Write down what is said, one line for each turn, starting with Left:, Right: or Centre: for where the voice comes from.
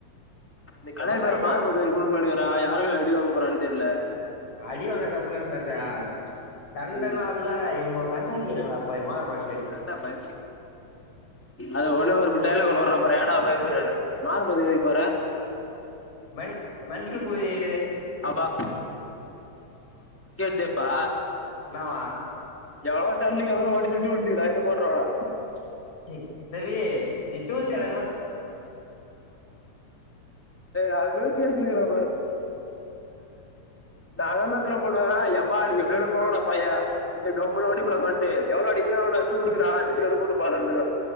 Centre: இந்த
Left: செம
Centre: கலை வேற
Left: சைக்கோ
Centre: மறுப்புத் கோயில் கூட்னு போயிடுக்குறா யாருகிட்ட அடி வாங்க போறான்னு தெரியல
Left: !
Centre: ம்
Left: !!!!!!!!!!
Centre: நா டா பய அது ஒனே ஒரு டயலாக் ஒன்னுவுர பாரு என்னடா பயப்புடுற மார்பகுதிக்கு போற
Left: !!!!!!!!!!!
Centre: அப்பா சே பா
Left: என்னவா
Centre: எவளோ சண்டிக்கு வந்த வண்டில டூல்ஸ் இருக்குது எடுத்து போற்றுருவலா
Left: !!!!!!!!!!!!!!!!!!!!!!!!
Centre: ஏய், அது மாதிரி பேசினுக்கிறா நா என்னதான பண்ணுவ எப்பா நீங்க எப்படியாது போங்கடாப்ப ஏ இந்த கம்முனு வண்டிக்குள்ள உட்காந்துட்டு எவ்வளோ அடிக்கிறாயோ அவளோ அடிச்சிட்டு விடுங்கடா வீட்டுக்கு வென கூட்டு போறான்னுடுவ